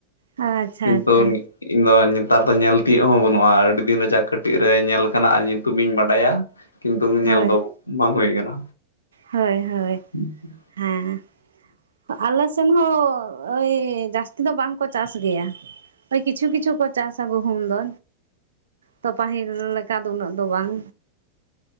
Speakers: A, on the right; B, on the left.
A: ᱟᱪᱪᱷᱟ
B: ᱠᱤᱱᱛᱩ
A: ᱟᱪᱪᱷᱟ
B: ᱤᱧ ᱫᱚ ᱱᱮᱛᱟᱨ ᱫᱚ ᱧᱮᱞ ᱛᱤᱭᱳᱜ ᱦᱚᱸ ᱵᱟᱹᱱᱩᱜᱼᱟ ᱟᱹᱰᱤ ᱫᱤᱱ ᱨᱮ ᱡᱟ ᱠᱟᱹᱴᱤᱡ ᱨᱮ ᱧᱮᱞ ᱠᱟᱱᱟ ᱟᱨ ᱧᱩᱛᱩᱢ ᱤᱧ ᱵᱟᱰᱟᱭᱟ ᱠᱤᱱᱛᱩ
A: ᱦᱳᱭ
B: ᱧᱮᱞ ᱫᱚ ᱵᱟᱝ ᱦᱩᱭ ᱠᱟᱱᱟ
A: ᱦᱳᱭ ᱦᱳᱭ
B: ᱦᱩᱸ ᱦᱩᱸ
A: ᱦᱮᱸ ᱟᱞᱮ ᱥᱮᱱ ᱦᱚᱸ ᱳᱭ ᱡᱟᱹᱥᱛᱤ ᱫᱚ ᱵᱟᱝ ᱠᱚ ᱪᱟᱥ ᱜᱮᱭᱟ ᱠᱤᱪᱷᱩ ᱠᱤᱪᱷᱩ ᱠᱚ ᱪᱟᱥᱟ ᱜᱩᱦᱩᱢ ᱫᱚ ᱛᱚ ᱯᱟᱹᱦᱤᱞ ᱞᱮᱠᱟ ᱫᱚ ᱩᱱᱟᱹᱜ ᱫᱚ ᱵᱟᱝ